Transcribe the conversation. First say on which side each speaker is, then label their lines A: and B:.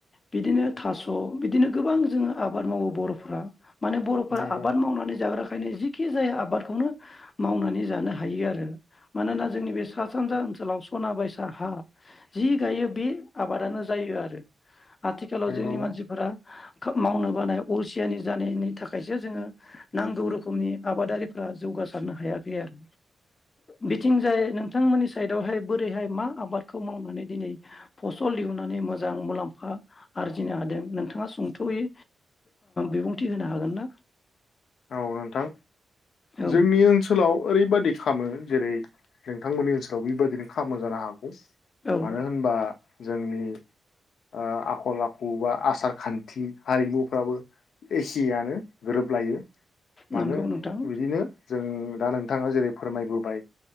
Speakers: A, on the left (about 30°); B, on the left (about 75°).
A: बिदिनो थास बिदिनो गोबां जोङो आबाद मावो बरफ्रा माने बरफोरा
B: नंगौ
A: आबाद मावनानै जाग्राखायनो जि खि जाया आबादखौनो मावनानै जानो हायो आरो मानोना जोंनि बे सा सानजा ओनसोलाव सना बायसा हा जि गायो बे आबादानो जायो आरो आथि- खालाव
B: नंगौ
A: जोंनि मानसिफोरा खोब मावनो बानाय अलसियानि जानायनि थाखायसो जोङो नांगौ रोखोमनि आबादारिफ्रा जौगासारनो हायाखै आरो बिथिं जाय नोंथमोननि साइदआवहाय बोरैहाय मा आबादखौ मावनानै दिनै फसल दिहुननानै मोजां मुलाम्फा आरजिनो हादों नोंथाङा सुंथयै बिबुंथि होनो हागोन ना
B: औ नोंथां
A: औ
B: जोंनि ओनसोलाव ओरैबादि खामो जेरै नोंथांमोननि ओनसोलाव बेबायदिनो खामो जानो हागौ
A: औ
B: मानो होनबा जोंनि ओ आखल आखु बा आसार खान्थि हारिमुफ्राबो एसेयानो गोरोबलायो मानो
A: नंगौ नोंथां
B: बिदिनो जों दा नोंथाङा जेरै फोरमायबोबाय